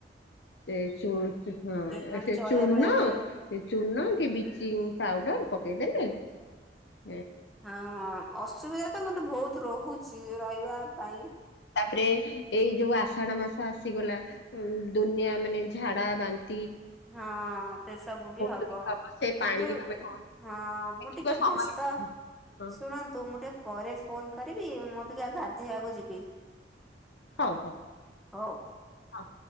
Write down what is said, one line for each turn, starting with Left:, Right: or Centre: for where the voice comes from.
Left: ସେ ଚୁ ହଁ
Centre: ମାନେ
Left: ସେ
Centre: ଚଳେଇବା
Left: ଚୂନ
Centre: ପଳେଇବା ପାଇଁ
Left: ସେ ଚୂନ କି ବ୍ଲିଚିଂ ପାଉଡର ପକେଇଦେଲେ । ଏ ।
Centre: ହଁ ଅସୁବିଧା। ଧା ତ କିନ୍ତୁ ବହୁତ ରହୁଛି ରହିବା ପାଇଁ।
Left: ତାପରେ ଏଇ ଯୋଉ ଆଷାଢ ମାସ ଆସିଗଲା ଆ ଦୁନିଆ ମାନେ ଝାଡା ବାନ୍ତି ।
Centre: ହଁ ସେ ସବୁ ବି ହବ
Left: ତୁମେ ଭାବ ସେ ପାଣିକି
Centre: କିନ୍ତୁ
Left: ତମେ କଣ
Centre: ହଁ ମୁଁ
Left: ଦେଖିବ
Centre: ଟିକେ
Left: ସମୟ
Centre: ବ୍ୟସ୍ତ
Left: ହଁ ହଁ
Centre: ଶୁଣନ୍ତୁ ମୁଁ ଟିକେ ପରେ ଫୋନ କରି ରିବି ମୁଁ ଅବିକା ଗାଧେଇବାକୁ ଯିବି।
Left: ହଉ ହଉ
Centre: ହଉ।
Left: ହ।